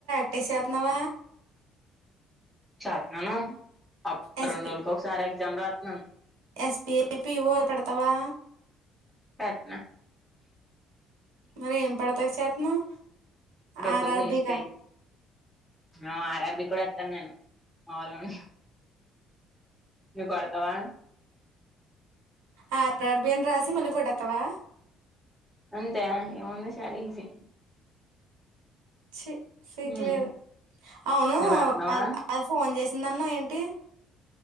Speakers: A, on the right; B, in the centre.
A: టేసే తానవ
B: చేస్తున్నాను
A: ఎస్బి
B: రెండు రోజులకి ఒకసారి ఎగ్జామ్ రాతున్నాను
A: ఎస్బిఐ పి ఇవో పెడతావా
B: పెట్నూ
A: మరి ఏం పడతాయి చేతునావ్
B: డబ్బులు
A: ఆర్ ఆర్
B: వేస్ట్
A: బీ కా
B: అయ్యి ఆ ఆర్ ఆర్ బి కూడా వేతను నేను మాములు గానే చు కొడతవా
A: ఆ అర్బిన్ రాసి మలి కొటేతావా
B: అంతే ఇముంద చాల ఈజీ
A: చి సిగు
B: ఉమ్
A: లేదు అవును
B: నువ్వు రాత్నావా
A: అది ఫోన్ చేసి ఎందమా ఏంటి